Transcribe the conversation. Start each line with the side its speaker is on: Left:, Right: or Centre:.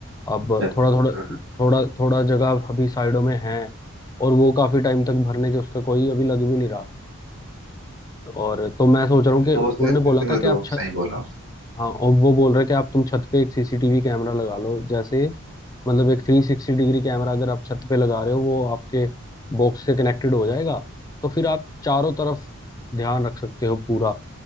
Left: अब
Right: अच्छा अच्छा
Left: थोड़ा
Right: अच्छा,
Left: थोड़ा
Right: हाँ हाँ
Left: थोड़ा थोड़ा जगह अभी साइडों में है और वो काफी टाइम तक भरने के उसका कोई अभी लग भी नहीं रहा और तो मैं सोच रहा हूँ कि
Right: तो
Left: उन्होंने
Right: उस स्थिति
Left: बोला था
Right: में
Left: कि
Right: तो
Left: आप छत
Right: सही बोला उसने
Left: हाँ और वो बोल रहे हैं कि आप तुम छत पे एक सीसीटीवी कैमरा लगा लो जैसे मतलब एक थ्री सिक्सटी डिग्री कैमरा अगर आप छत पे लगा रहे हो वो आपके बॉक्स से कनेक्टेड हो जाएगा तो फिर आप चारों तरफ ध्यान रख सकते हो पूरा